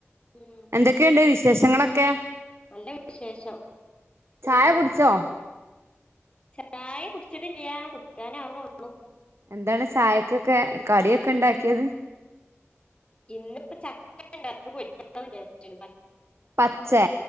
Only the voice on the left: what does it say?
ഉം
നല്ല വിശേഷം.
ചായേ കുടിച്ചിട്ടില്ലയാ കുടുക്കാനാവ്ണേള്ളു.
ഇന്നിപ്പോ ചക്കണ്ട് അത് പൊരിക്കാന്ന് വിചാരിച്ച്